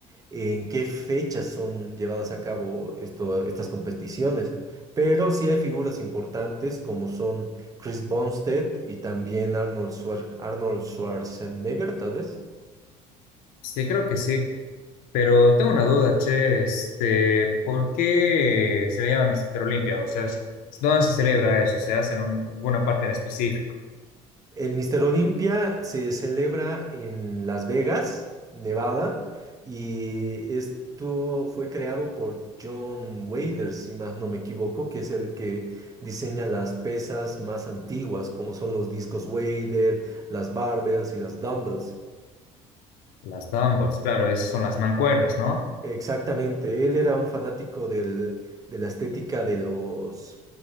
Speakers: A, on the right; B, on the left.
A: en qué fechas son llevadas a cabo esto- estas competiciones. Pero sí hay figuras importantes como son Chris Bumstead y también Arnold Schwar- Arnold Schwarzenegger, tal vez.
B: Sí, creo que sí, pero tengo una duda, che, este, ¿por qué se le llama Mister Olimpia? O sea, es- ¿dónde se celebra eso? ¿Se hace en un- alguna parte en específico?
A: El Mister Olympia se celebra en Las Vegas, Nevada, y esto fue creado por John Wader, si más no me equivoco, que es el que diseña las pesas más antiguas, como son los discos Wader, las barbells y las dumbbells.
B: Las dumbbells, claro, esas son las mancuernas, ¿no?
A: Exactamente, él era un fanático del- de la estética de los,